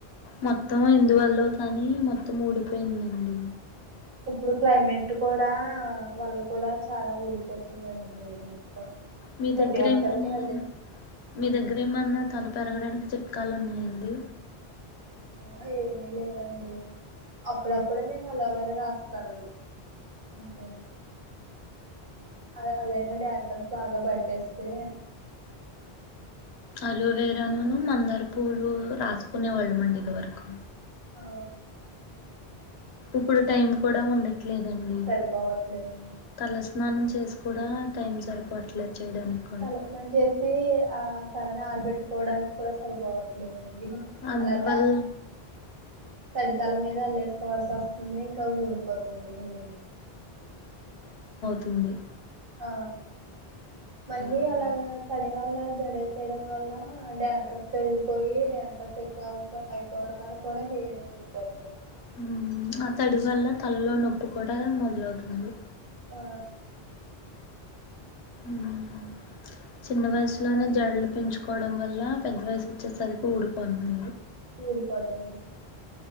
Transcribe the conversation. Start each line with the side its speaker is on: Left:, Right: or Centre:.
Left: మొత్తం ఎందువల్లో కానీ మొత్తం ఊడిపోయిందండి
Right: ఇప్పుడు క్లైమేట్ కూడా వల్ల కూడా చాలా ఊడిపోతుందండి అది మొత్తం
Left: మీ
Right: ప్రతి
Left: దగ్గరే
Right: ఒక్కరికి
Left: మైనా
Right: అదే
Left: మీ దగ్గరేమన్న తల పెరగడానికి చె కాలు ఉన్నాయండి
Right: సమయంలో ఏమీ లేవండి అప్పుడప్పుడు నేను అలోవేర రాస్తాను అంతే అదే అదైనా డాండ్రఫ్ బాగా పట్టేస్తే
Left: అలోవేరా నూను
Right: అని,
Left: మందార పూలు రాసు కొనేవాళ్ళమండి ఇది వరకు
Right: ఆ
Left: ఇప్పుడు టైం కూడా ఉండ ట్లేదండి
Right: సరిపోవట్లేదండి
Left: తలస్నానం చేస్ కూడా టైం సరిపోవట్లేదు చేయడానికి కూడా
Right: తలస్నానం చేసి ఆ తలని ఆరబెట్టుకు కోవడానికి కూడా సరిపోవట్ ట్లేదండి
Left: అందువల్ల
Right: అలా త తడి తల మీద అల్లేసుకోవాల్సి వస్తుంది ఇంకా ఊడిపోతుంది హెయిర్
Left: తుంది
Right: అ మళ్ళీ
Left: మ్మ్.
Right: అలాగా తడి డి వల్ల జడేసేయడం వల్ల డ్యాండ్రఫ్ పెరిగిపోయి డ్యాండ్రఫ్ ఎక్కువ అయిపోవడం వల్ల కూడా హేయిరు ఊడిపోతుంది
Left: ఉమ్మ్ ఆ తడి వల్ల తలలో నొప్పి కూడా మొదలవుతుంది
Right: ఆ
Left: మ్మ్ చిన్న వయసులోనే జడలు పెంచుకోవడం వల్ల పెద్ద వయసు వచ్చేసరికి ఊడిపోతుంది
Right: ఊడిపోతుంది